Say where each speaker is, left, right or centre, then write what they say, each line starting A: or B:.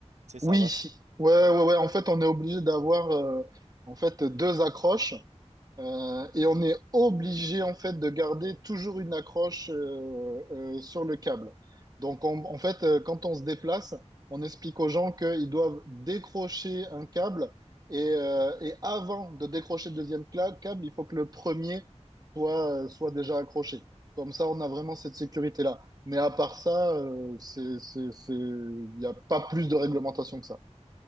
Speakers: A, on the right; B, on the right.
A: tu sais, ça
B: Oui,
A: va.
B: ouais, ouais, ouais. En fait, on est obligé d'avoir, euh, en fait, deux accroches. Euh, et on est obligé en fait de garder toujours une accroche euh, euh, sur le câble. Donc on- en fait, euh, quand on se déplace, on explique aux gens qu'ils doivent décrocher un câble et, euh, et avant de décrocher le deuxième cla- câble, il faut que le premier soit, euh, soit déjà accroché. Comme ça, on a vraiment cette sécurité-là. Mais à part ça, euh, c'est, c'est, c'est- il n'y a pas plus de réglementation que ça.